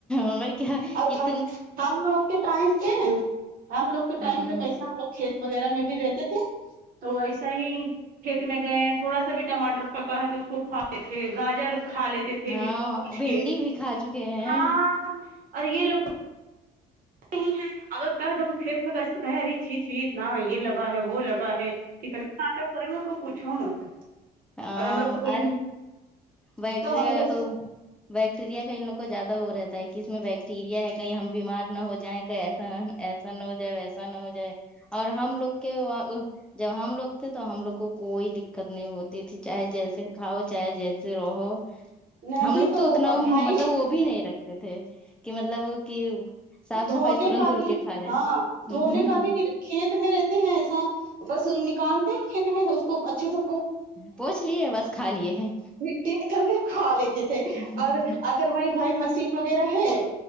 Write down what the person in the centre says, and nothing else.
اور کیا
اتن
ہ
ہاں
بھنڈی
بھی کھا چکے ہیں
ہاں
آر
بیکٹیریا
ہو بیکٹیریا کا ان لوگ کو زیادہ ہو رہتا ہے کہ اس میں ب ٹیریا ہے کہیں ہم بیمار نہ ہو جائیں کہیں ایسا ایسا نہ ہو جائے ویسا نہ ہو جائے اور ہم لوگ کے و جب ہم لوگ تھے تو ہم لوگ کو کوئی دقت نہیں ہوتی تھی چاہے جیسے کھاؤ چاہے جیسے سے رہو
ہم لوگ تو اتنا
مطلب وہ بھی نہیں رکھتے تھے کہ مطلب کہ صاف
صفائی ترنت
دھل
کے کھا لیں
ہ
ہ
پوچ لیے بس کھا لیے ہیں
ہیں